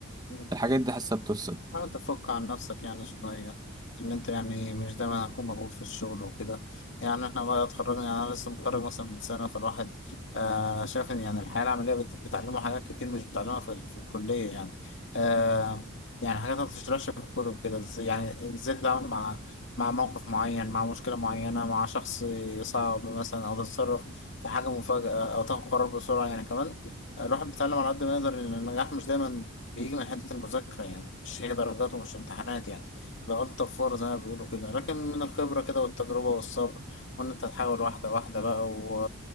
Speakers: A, on the left; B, on the right.
A: آه.
B: الحاجات دي حاسه بتفصل
A: حاول تفك عن نفسك يعني شوية إن أنت يعني مش دايما هتكون مضغوط في الشغل وكده يعني إحنا بقى اتخرجنا يعني أنا لسه متخرج مثلا من سنة فالواحد آه شايف إن يعني الحياة العملية بت- بتعلمه حاجات كتير مش بتعلمها في, ال- في الكلية يعني آه يعني حاجات ما بتشتغلش في الكتب كده إز- يعني إزاي تتعامل مع مع موقف معين مع مشكلة معينة مع شخص صعب مثلا أو تتصرف في حاجة مفاجأة أو تاخد قرار بسرعة يعني كمان الواحد بيتعلم على قد ما يقدر إن النجاح مش دايما بيجي من حتة المذاكرة يعني مش هي درجات ومش امتحانات يعني الغلطة في فور زي ما بيقولوا كده لكن من الخبرة كده والتجربة والصبر وإن أنت تحاول واحدة واحدة بقى و...